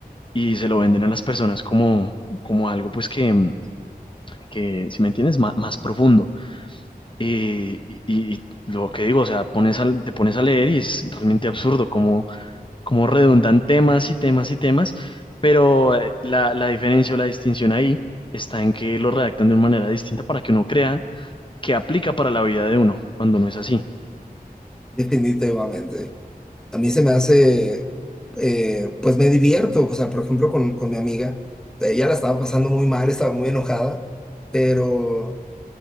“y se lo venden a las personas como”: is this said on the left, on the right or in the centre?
Left